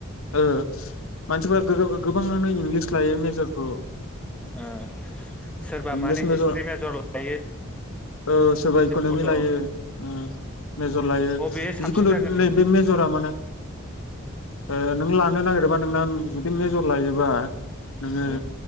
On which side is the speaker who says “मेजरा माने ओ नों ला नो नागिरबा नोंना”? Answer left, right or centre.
Left